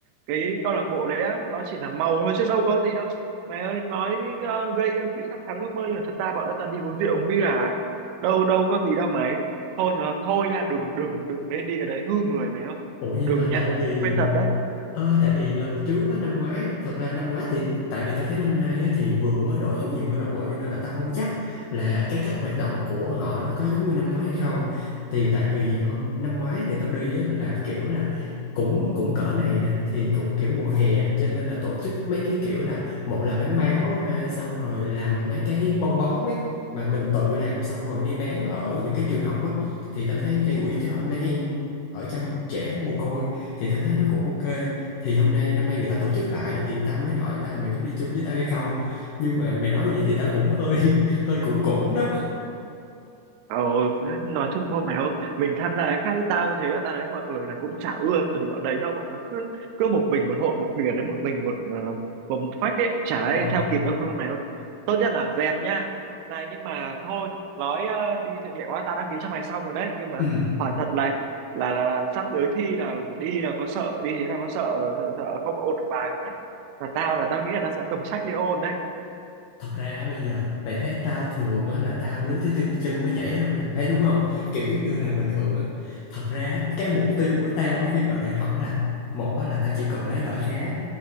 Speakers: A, on the right; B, on the left.
A: Cái câu lạc bộ đấy á, nó chỉ là màu thôi chứ đâu có gì đâu. Mày ơi, nói ờ, gây ờ, quỹ thắp sáng ước mơ nhưng mà thật ra bọn nó toàn đi uống rượu uống bia à. Đâu đâu có gì đâu mày. Thôi nó thôi nha, đừng đừng đừng nên đi cái đấy hư người mày ơi.
B: ủa vậy
A: Đừng
B: hả
A: nha.
B: tại vì
A: Khuyên thật đấy.
B: ơi tại vì lần trước á năm ngoái thật ra năm ngoái thì tại vì ta thấy năm nay á, thì vừa mới đổi chủ nhiệm câu lạc bộ cho nên là ta không chắc là cái cách hoạt động của họ nó có giống như năm ngoái hay không thì tại vì hôm năm ngoái thì tao đi á, là kiểu là cũng cũng cỡ này nè thì cũng kiểu mùa hè cho nên là tổ chức mấy cái kiểu là một là bán báo hai xong rồi làm mấy cái bong bóng ấy mà mình tự làm xong rồi đi bán ở những cái trường học á thì ta thấy gây quỹ cho mấy em ở trong trẻ mồ côi thì ta thấy nó cũng ok thì hôm nay năm nay người ta tổ chức lại thì tao mới hỏi là mày có đi chung với tao hay không nhưng mà mày nói vậy thì tao cũng hơi <laughs> hơi cũng cũng đó
A: Ờ, nói chung thôi mày ơi mình tham gia cái khác tao thế á, tao thấy mọi người là cũng chả ưa thì bọn đấy đâu bọn nó cứ cứ một mình một hộ một thuyền đấy một mình một ờ, một phách ấy chả ai
B: ờ
A: theo kịp đâu thôi mày ơi tốt nhất là dẹp nha này nhưng mà thôi nói ờ, đi thực hiện quá tao đăng ký cho mày xong rồi đấy nhưng mà
B: ừ.
A: hỏi thật này là là, là sắp tới thi là đi là có sợ đi thế nào có sợ sợ, sợ không ôn được bài không đấy là tao là tao nghĩ là tao sẽ cầm sách đi ôn đấy
B: thật ra á, bây giờ mày thấy tao thường á là tao nuối tới tiêu chân mới nhảy thôi mày thấy đúng không kiểu giống như là bình thường á thật ra á, cái mục tiêu của tao khi vào đại học là một á là tao chỉ cần lấy loại khá